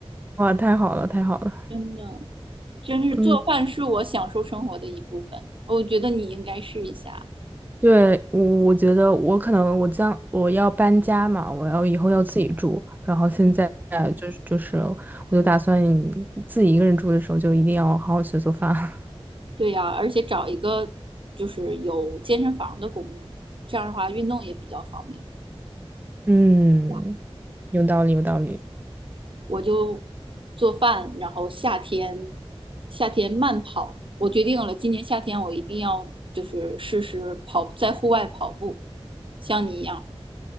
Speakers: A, on the right; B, on the right.
A: 哇，太好了，太好了。
B: 真的。真是做饭是我享受生活的一部分，
A: 嗯，
B: 我觉得你应该试一下。
A: 对，我我觉得我可能我将我要搬家嘛，我要以后要自己住，然后现在就是就是我就打算
B: 嗯。
A: 自己一个人住的时候，就一定要好好学做饭。<laughs>
B: 对呀，而且找一个就是有健身房的公寓，这样的话运动也比较方便，
A: 嗯，
B: 对吧？
A: 有道理，有道理。
B: 我就做饭，然后夏天夏天慢跑，我决定了，今年夏天我一定要就是试试跑，在户外跑步，像你一样，